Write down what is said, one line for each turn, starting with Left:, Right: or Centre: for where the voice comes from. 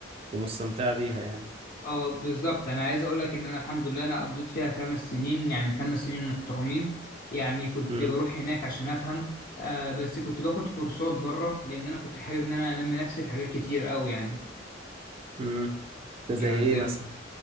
Right: ومستمتعة بيها يعني
Left: اه بالظبط انا عايز اقول لك ان انا الحمد لله انا قضيت فيها خمس سنين يعني خمس سنين محترمين يعني كنت
Right: امم
Left: بروح هناك عشان افهم آه بس كنت باخد كورسات بره لان انا كنت حابب ان انا انمي نفسي في حاجات كتير قوي يعني
Right: امم ده زي
Left: يعني
Right: ايه
Left: انت
Right: مثلا